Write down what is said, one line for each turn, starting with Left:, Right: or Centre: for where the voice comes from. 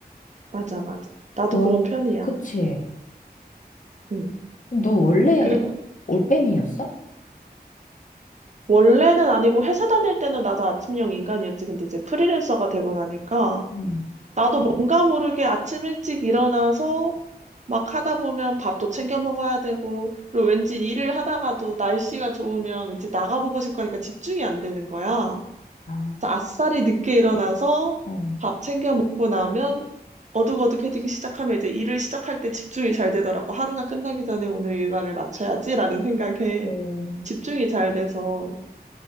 Right: 맞아, 맞아. 나도
Left: 너
Right: 그런 편이야.
Left: 그치?
Right: 음.
Left: 너 원래
Right: 그리고
Left: 올빼미였어?
Right: 원래는 아니고 회사 다닐 때는 나도 아침형 인간이었지. 근데 이제 프리랜서가 되고 나니까
Left: 음.
Right: 나도 뭔가 모르게 아침 일찍 일어나서 막 하다 보면 밥도 챙겨 먹어야 되고, 그리고 왠지 일을 하다가도 날씨가 좋으면 왠지 나가보고 싶고 하니까 집중이 안 되는 거야.
Left: 아,
Right: 그래서 아싸리 늦게 일어나서
Left: 어.
Right: 밥 챙겨 먹고 나면 어둑어둑해지기 시작하면 이제 일을 시작할 때 집중이 잘 되더라고. 하루가 끝나기 전에 오늘 일과를 마쳐야지라는 생각에
Left: 어,
Right: 집중이 잘 돼서.